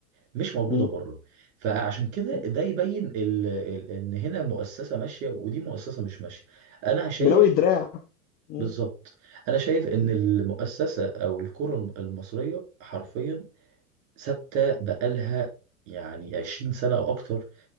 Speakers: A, on the right; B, on the left.
A: مش موجودة
B: م-
A: بره فعشان كده
B: م.
A: ده يبين ال- ال- ان هنا المؤسسة ماشية ودي مؤسسة مش ماشية انا شايف
B: بلاوي الدراع م-
A: بالظبط انا شايف ان
B: م-
A: المؤسسه او الكره الم- المصريه حرفيا ثابته بقالها يعني 20 سنه او اكتر